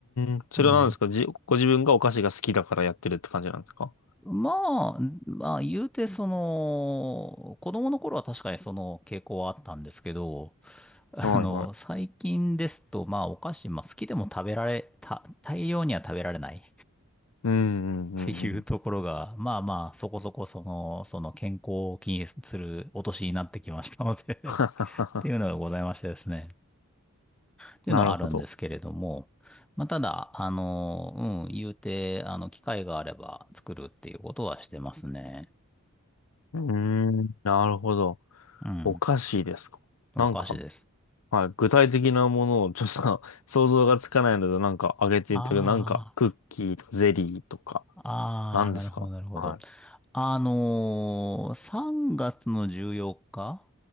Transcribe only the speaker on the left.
ん。それは何ですかじ、
ご自分がお菓子が好きだからやってるって感じなんですか
はいはい。
うんうんうんうん。
<laughs>
なるほど。
うーん。なるほど。
お菓子ですかなんか、
はい。具体的なものをちょっと <laughs> 想像がつかないので、なんかあげていただくなんかクッキーとかゼリーとか、
何ですかはい。